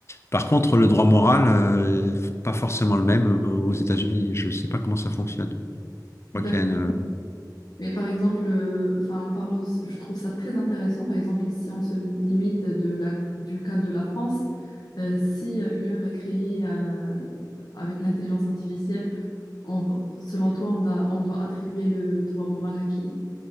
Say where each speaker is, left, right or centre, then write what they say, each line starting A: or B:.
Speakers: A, on the left; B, on the left.
A: Par contre, le droit moral, euh, pas forcément le même aux États-Unis. Je ne sais pas comment ça fonctionne. Je
B: d'accord.
A: crois qu'il y a une-
B: Mais par exemple, euh, enfin, en parlant de, ce- je trouve ça très intéressant. Par exemple, si on se limite de la, du cas de la France, euh, si une œuvre est créée euh, avec l'intelligence artificielle On- selon toi, on doit, on doit attribuer le droit moral à qui?